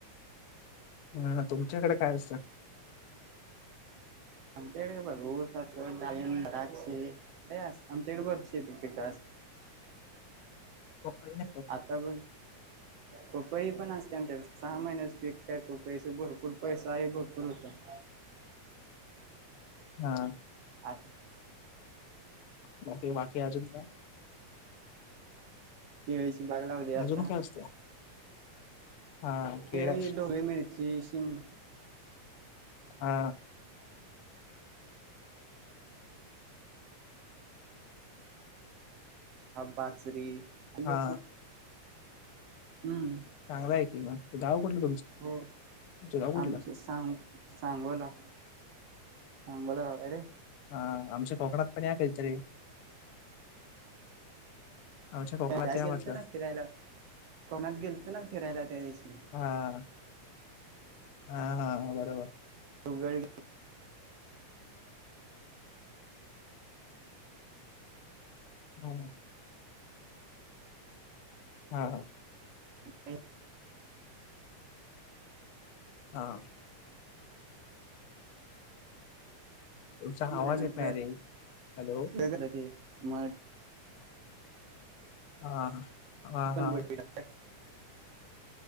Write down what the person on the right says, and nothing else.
आमकडे बघ ऊस डाळिंब द्राक्षी हे अस आमकडे बरीच शेती पिक अस.
आता बण पपई पण असते आमच्याकडे सहा महिन्याच पीक काय पपईचप भरपूर पैसाय भरपूर उत्पन्न
आता
केळीची बाग लावली आता
केळी डोबळी मिरची शिमल
बाजरी भरपूर
हम्म
हो
आमचस सांग सांगोला सांगोला गावाय रे
त्यात
गेलतो
ना फिरायला कोणात गेलतो ना फिरायला त्या दिवशी
तुगळ
न
मल्यानंतर
काय झाल ते म
मी पण
बघितला